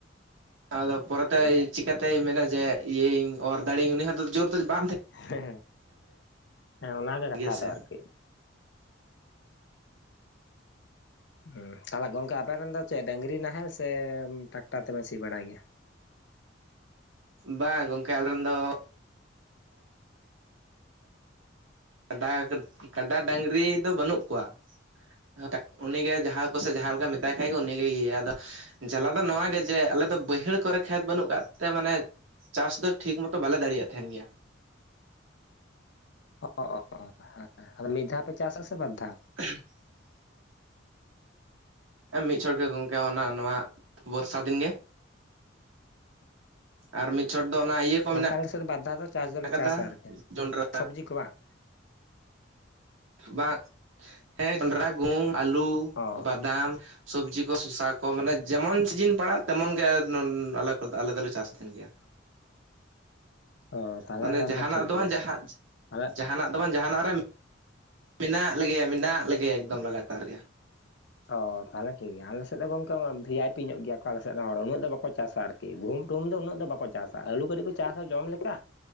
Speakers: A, on the right; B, on the left.
A: ᱟᱫᱚ ᱯᱚᱨᱮᱛᱮᱭ
B: ᱦᱮᱸ
A: ᱪᱤᱠᱟᱛᱮᱭ ᱢᱮᱱᱟ ᱡᱮ ᱤᱭᱟᱹᱭᱟᱹᱧ ᱚᱨ ᱫᱟᱲᱮᱭᱟᱹᱧ ᱩᱱᱤ ᱦᱚᱸ ᱛᱚ ᱡᱳᱨ ᱫᱚ ᱵᱟᱝ ᱛᱟᱦᱮᱸ
B: ᱦᱮᱸ, ᱦᱮᱸ ᱚᱱᱟᱜᱮ
A: ᱜᱮᱭᱟ
B: ᱠᱟᱛᱷᱟ
A: ᱥᱮ
B: ᱫᱚ ᱟᱨᱠᱤ᱾ ᱦᱩᱸ ᱛᱟᱦᱚᱞᱮ ᱜᱚᱝᱠᱮ ᱟᱵᱮᱱ ᱨᱮᱱ ᱫᱚ ᱪᱮᱫ ᱰᱟᱝᱨᱤ ᱱᱟᱦᱮᱞ ᱥᱮ ᱴᱨᱟᱠᱴᱟᱨ ᱛᱮᱵᱮᱱ ᱥᱤ ᱵᱟᱲᱟᱭ ᱜᱮᱭᱟ?
A: ᱵᱟ ᱜᱚᱝᱠᱮ ᱟᱞ ᱨᱮᱱ ᱫᱚ ᱠᱟᱰᱟ, ᱠᱟᱰᱟ, ᱰᱟᱹᱝᱨᱤ ᱫᱚ ᱵᱟᱹᱱᱩᱜ ᱠᱚᱣᱟ᱾ <inaudible> ᱩᱱᱤ ᱜᱮ ᱡᱟᱦᱟᱸ ᱠᱚ ᱥᱮᱜ ᱡᱟᱦᱟᱸ ᱞᱮᱠᱟᱢ ᱢᱮᱛᱟᱭ ᱠᱷᱟᱡ ᱜᱮ ᱩᱱᱤ ᱜᱮ ᱤᱭᱟᱹᱭᱟ, ᱟᱫᱚ ᱡᱟᱞᱟ ᱫᱚ ᱱᱚᱣᱟ ᱜᱮ ᱡᱮ ᱟᱞᱮ ᱫᱚ ᱵᱟᱹᱭᱦᱟᱹᱲ ᱠᱚᱨᱮ ᱠᱷᱮᱛ ᱵᱟᱹᱱᱩᱜ ᱠᱟᱫ ᱛᱮ ᱢᱟᱱᱮ ᱪᱟᱥ ᱫᱚ ᱴᱷᱤᱠ ᱢᱚᱛᱚ ᱵᱟᱞᱮ ᱫᱟᱲᱮᱭᱟᱜ ᱛᱟᱦᱮᱸᱱ ᱜᱮᱭᱟ᱾
B: ᱚᱻ ᱦᱮᱸ ᱟᱫᱚ ᱢᱤᱫ ᱫᱷᱟᱣ ᱯᱮ ᱪᱟᱥᱟ ᱥᱮ ᱵᱟᱨ ᱫᱷᱟᱣ?
A: <unintelligible> ᱮ ᱢᱤᱫ ᱪᱷᱚᱲ ᱜᱮ ᱜᱚᱝᱠᱮ ᱚᱱᱟ ᱱᱚᱣᱟ, ᱵᱚᱨᱥᱟ ᱫᱤᱱ ᱜᱮ᱾ ᱟᱨ ᱢᱤᱫ ᱪᱷᱚᱴ ᱫᱚ ᱚᱱᱟ ᱤᱭᱟᱹ ᱠᱚ
B: ᱜᱚᱝᱠᱮ
A: ᱢᱮᱱᱟᱜ
B: ᱟᱞᱮ ᱥᱮᱫ ᱫᱚ ᱵᱟᱨᱫᱷᱟ ᱫᱚ ᱪᱟᱥ ᱫᱚᱞᱮ
A: ᱟᱠᱟᱫᱟ
B: ᱪᱟᱥᱟ ᱟᱨᱠᱤ,
A: ᱡᱚᱱᱰᱨᱟ
B: ᱥᱚᱵᱽᱡᱤ ᱠᱚ ᱵᱟᱝ?
A: ᱵᱟᱝ ᱦᱮᱸ ᱡᱚᱱᱰᱨᱟ, ᱜᱩᱦᱩᱢ, ᱟᱞᱩ,
B: ᱚ
A: ᱵᱟᱫᱟᱢ, ᱥᱚᱵᱽᱡᱤ ᱠᱚ ᱥᱚᱥᱟ ᱠᱚ ᱢᱟᱱᱮ ᱡᱮᱢᱚᱱ ᱥᱤᱡᱤᱱ ᱯᱟᱲᱟᱜ-ᱟ ᱛᱮᱢᱚᱱ ᱜᱮ ᱟᱞᱮ ᱟᱞᱮ ᱫᱚᱞᱮ ᱪᱟᱥ ᱛᱟᱦᱮᱸᱱ ᱜᱮ ᱭᱟ᱾
B: ᱚ ᱛᱟᱦᱚᱞᱮ
A: ᱢᱟᱱᱮ
B: ᱠᱷᱟᱱ
A: ᱡᱟᱦᱟᱸᱱᱟᱜ
B: ᱴᱷᱤᱠ
A: ᱫᱚ
B: ᱜᱮᱭᱟ
A: ᱵᱟᱝ ᱡᱟᱦᱟᱸ
B: ᱟᱞᱮ
A: ᱡᱟᱦᱟᱸᱱᱟᱜ ᱫᱚ ᱵᱟᱝ ᱡᱟᱦᱟᱸᱱᱟᱜ ᱨᱮ ᱢᱮᱱᱟᱜ ᱞᱮᱜᱮᱭᱟ ᱢᱮᱱᱟᱜ ᱞᱮᱜᱮᱭᱟ ᱮᱠᱫᱚᱢ ᱞᱟᱜᱟᱛᱟᱨ ᱜᱮ᱾
B: ᱚᱻ ᱛᱟᱦᱚᱞᱮ ᱴᱷᱤᱠ ᱜᱮᱭᱟ ᱟᱞᱮ ᱥᱮᱫ ᱫᱚ ᱜᱚᱝᱠᱮ ᱵᱷᱤ. ᱟᱭ. ᱯᱤ. ᱧᱚᱜ ᱜᱮᱭᱟ ᱠᱚ ᱟᱞᱮ ᱥᱮᱫ ᱨᱮᱱ ᱦᱚᱲ, ᱩᱱᱟᱹᱜ ᱫᱚ ᱵᱟᱠᱚ ᱪᱟᱥᱟ ᱟᱨ ᱠᱤ ᱜᱩᱦᱩᱢ ᱴᱩᱦᱩᱢ ᱫᱚ ᱩᱱᱟᱹᱜ ᱫᱚ ᱵᱟᱠᱚ ᱪᱟᱥᱟ ᱟᱹᱞᱩ ᱠᱟᱹᱴᱤᱡ ᱠᱚ ᱪᱟᱥᱟ ᱡᱚᱢ ᱞᱮᱠᱟ,